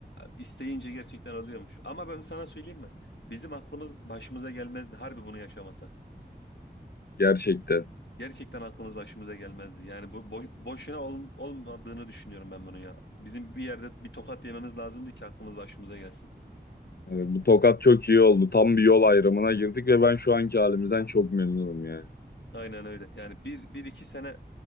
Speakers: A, on the left; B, on the left.
A: İsteyince gerçekten oluyormuş. Ama ben sana söyleyeyim mi? Bizim aklımız başımıza gelmezdi harbi bunu yaşamasak.
B: Gerçekten.
A: Gerçekten aklımız başımıza gelmezdi. Yani bu boy- boşuna ol- olmadığını düşünüyorum ben bunu ya. Bizim bir yerde bir tokat yememiz lazımdı ki aklımız başımıza gelsin.
B: Evet, bu tokat çok iyi oldu. Tam bir yol ayrımına girdik ve ben şu anki halimizden çok memnunum yani.
A: Aynen öyle. Yani bir, bir iki sene